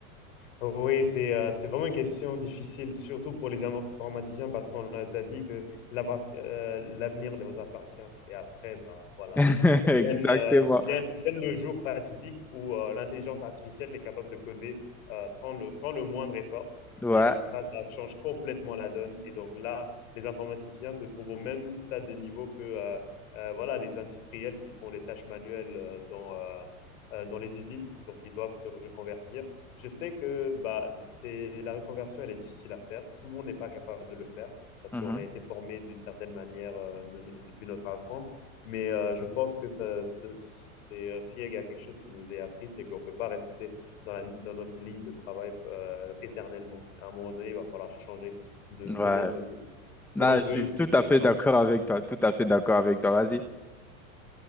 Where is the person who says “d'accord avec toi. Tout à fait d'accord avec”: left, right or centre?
Centre